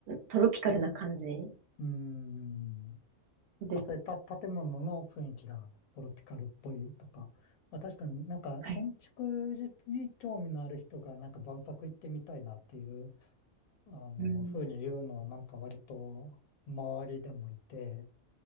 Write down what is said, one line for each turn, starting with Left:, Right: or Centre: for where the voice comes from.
Right: トロピカルな感じ
Left: ーん。
Right: で、
Left: まあ、それた、建物の雰囲気がトロピカルっぽいとか、まあ、確かになんか建築に興味のある人がなんか万博行ってみたいなっていう、
Right: はい。
Left: あの、
Right: うん。
Left: 風に言うのはなんか割と周りでもいて、